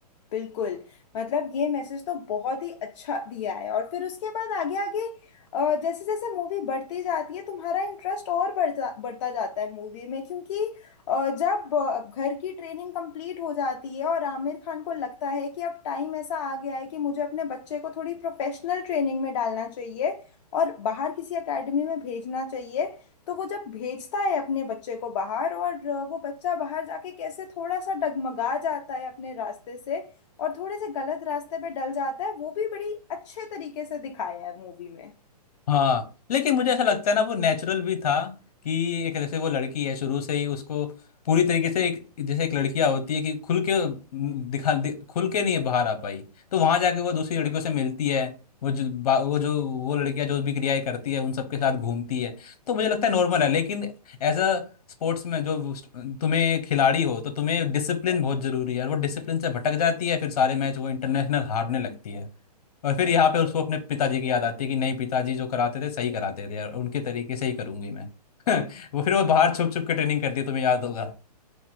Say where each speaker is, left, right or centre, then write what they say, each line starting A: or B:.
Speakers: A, on the left; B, on the left.
A: बिल्कुल मतलब ये मैसेज तो बहुत ही अच्छा दिया है और फिर उसके बाद आगे आगे अ, जैसे जैसे मूवी बढ़ती जाती है तुम्हारा इंटरेस्ट और बढ़ता बढ़ता जाता है मूवी में क्योंकि अ, जब अ, घर की ट्रेनिंग कंप्लीट हो जाती है और आमिर खान को लगता है कि अब टाइम ऐसा आ गया है कि मुझे अपने बच्चे को थोड़ी प्रोफेशनल ट्रेनिंग में डालना चाहिए और बाहर किसी एकेडमी में भेजना चाहिए तो वो जब भेजता है अपने बच्चे को बाहर और अ, वो बच्चा बाहर जाके कैसे थोड़ा सा डगमगा जाता है अपने रास्ते से और थोड़े से गलत रास्ते पे डल जाता है वो भी बड़ी अच्छे तरीके से दिखाया है मूवी में
B: हाँ लेकिन मुझे ऐसा लगता है ना वो नेचुरल भी था कि एक जैसे वो लड़की है शुरू से ही उसको पूरी तरीके से एक जैसे एक लड़कियां होती है कि खुल के म, दिखा दि, खुल के नहीं बाहर आ पाई तो वहां जाके वो दूसरी लड़कियों से मिलती है वो जो बा- वो जो वो लड़कियां जो भी क्रियाएं करती है उन सबके साथ घूमती है तो मुझे लगता है नॉर्मल है लेकिन एज अ स्पोर्ट्स में जो तुम्हें खिलाड़ी हो तो तुम्हें डिसिप्लिन बहुत जरूरी है और वो डिसिप्लिन से भटक जाती है फिर सारे मैच वो इंटरनेशनल हारने लगती है और फिर यहाँ पे उसको अपने पिताजी की याद आती है कि नहीं पिताजी जो कराते थे सही कराते थे और उनके तरीके से ही करूंगी मैं <laughs> वो फिर वो बाहर छुप छुप के ट्रेनिंग करती है तुम्हें याद होगा